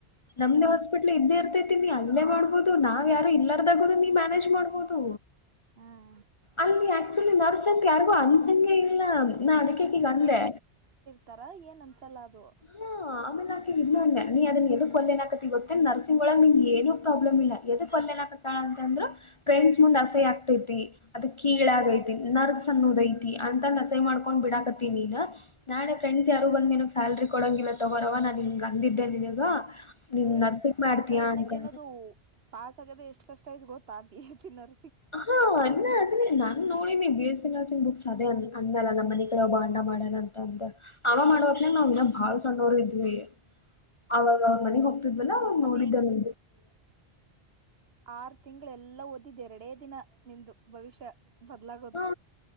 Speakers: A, on the right; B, on the left.
A: ಹ್ಮ್
B: ನಮ್ದ್ ಹಾಸ್ಪಿಟ್ಲ್ ಇದ್ದೇ ಇರ್ತ ಅಲ್ಲೇ ಮಾಡ್ಬಹದು ನಾವ್ ಯಾರು ಇಲ್ಲದಾಗು ನಿನ್ ಮ್ಯಾನೇಜ್ ಮಾಡ್ಬಹದು
A: ಹ್ಮ್
B: ಅಲ್ಲಿ ಆಕ್ಚುಲಿ ನರ್ಸತ್ ಯಾರಿಗೂ ಅನ್ಸಗೆ ಇಲ್ಲ ನಾ ಅದಕ್ಕೆೇಕಗಂದಲ್ಲೆ
A: ತರ ಏನ್ ಅನ್ಸಲ್ಲ ಅದು
B: ಹಾ ಆಮೇಲ ಆಕೆ ಇನ್ನು ಅಂದೆ ನೀ ಅದನ್ನ ಎದಕ ಅಣ್ಣಾಕತ್ತಿ ಗೊತ್ತ ಏನ್ ನರಸಿಂಗ್ಳ ನಿಂಗ ಏನು ಪ್ರಾಬ್ ಭ್ರಮ ಇಲ್ಲ ಎದಕ ಒಲ್ಲ ಅನ್ನಾಕತ್ತಾಳ ಅಂತ ಅಂದ್ರ ಫ್ರೆಂಡ್ಸ್ ಮುಂದ ಅಸಯ ಆಗ್ತೈತಿ. ಅದ ಕೀಳಾಗೈತಿ ನರ್ಸ್ನ್ನುದೈತಿ ಅಂತ ಅಂದ ಅಸಯ್ಯ ಮಾಡ್ಕೊಂಡ ಬಿಡಾಕತ್ತಿ ನಿನ್ನ ನಾಳೆ ಫ್ರೆಂಡ್ಸ್ ಯಾರು ಬಂದ ನಿನಗ ಸ್ಯಾಲ್ರಿ ಕೊಡಂಗಿಲ್ಲ ತಗೋರವ ನಾನ ಹಿಂಗ ಅಂದಿದ್ದೆ ನಿನಗ ನೀನ್
A: ಹ್ಮ
B: ನರ್ಸಿಂಗ್ ಮಾಡ್ತೀಯಾ
A: ಅಸಯ ಅನಕ್ಕ
B: ಅಂತ
A: ಏನ್ ಅದು ಪಾಸ್ ಆಗದೆ ಎಷ್ಟ ಕಷ್ಟ ಆಯ್ತ ಗೊತ್ತಾ ಪ ಎಸ್ ನರ
B: ಹಾ ಅನ್ನ ಅದ್ರೆ ನಾನ್ ನೋಡಿನಿ B S C nursing books ಅದೇ ಅಂದಲ್ಲ ನಮ್ಮ ಮನಿ ಕಡೆ ಒಬ್ಬ ಅನ್ನ ಮಾಡಣ ಅಂತ ಅಂದ ಅವ ಮಾಡವತ್ನಗ ನಾವ ಇನ್ ಬಾಳ ಸಣ್ಣೋರ ಇದ್ವಿ. ಅವಾಗ ಅವ ಮನೆಗ ಹೋಗ್ತಿದ್ವಲ್ಲ ಅವ್
A: ಅದು
B: ನೋಡಿದ್ದ ಅಲ್ಲಿ
A: ಆರ ತಿಂಗಳ ಎಲ್ಲಾ ಓದಿದ್ದ ಎರಡೇ ದಿನ ನಿಂದು ಭವಿಷ್ಯ ಬದ್ಲಾಗೋದು.
B: ಹಾ